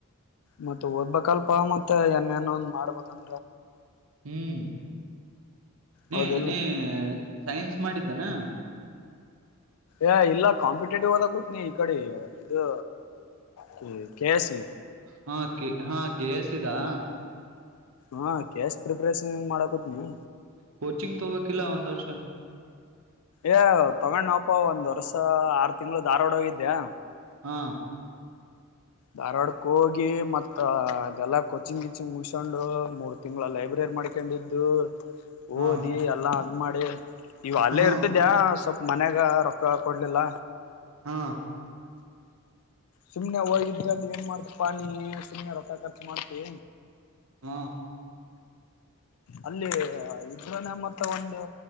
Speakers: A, on the left; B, on the right.
A: ಮತ್ತವ್ ಓದ್ಬೇಕಲ್ಪಾ ಮತ್ತೆ ಏನೇನೋ ಒಂದ್ ಮಾಡ್ಬೇಕಂ
B: ಹ್ಮ್ ನೀ
A: ಹೌದಿಲ್ಲ
B: ನೀ ಸೈನ್ಸ್ ಮಾಡಿದನಾ
A: ಏ ಇಲ್ಲ ಕಾಂಪಿಟೇಟಿವ್ ಓದಕ್ ಕೂತ್ನಿ ಈಕಡೆ ಇದೂ ದೂ ಕೆಸಿ
B: ಹಾ ಕೆ ಹಾ ಕೆ ಸ್ ಇ ದಾ
A: ಹಾ ಕ್ಯಾಸ್ ಪ್ರಿಪರೇಷನ್ ಮಾಡಕ ಕೊತ್ನ
B: ಕೊಚಿಂಗ್ ತೊಬೇಕಿಲ್ಲ ಒಂದು ವರ್ಷ್
A: ಏ ತಗೊಂಡ ನಪ ಒಂದ್ ವರ್ಷ ಆರು ತಿಂಗಳ ಧಾರ್ವಾಡ ಹೋಗಿದ್ದ್ಯಾ
B: ಹಾ
A: ಧಾರವಾಡಕ್ಕೆ ಹೋಗಿ ಮತ್ತ ಅದೆಲ್ಲಾ ಕೊಚಿಂಗ್ ಗಿಚಿಂಗ್ ಮುಗಸಕೊಂಡು ಮೂರ್ ತಿಂಗಗಳ ಲೈಬ್ರರಿ ಮಾಡ್ಕೊಂಡಿದ್ದು
B: ಹಾ
A: ಓದಿ ಎಲ್ಲಾ ಮಾಡಿ ಇಗೋ ಅಲ್ಲೇ
B: ಹಾ
A: ಇರ್ತಿದ್ಯಾ ಸ್ವಲ್ಪ ಮನ್ಯಾಗ ರೊಕ್ಕ ಕೊಡ್ಲಿಲ್ಲ
B: ಹಾ
A: ಸುಮ್ನೆ ಹ ಇದ್ರಲ್ಲಿ ಏನ್ ಮಾಡ್ತ ಪಾನಿ ಸುಮ್ಮನೆ ರೊತ ಖರ್ಚು ಮಾಡ್ತೀ
B: ಹಾ
A: ಅಲ್ಲಿ ಇದ್ರನೆ ಮತ್ತ ಒಂದು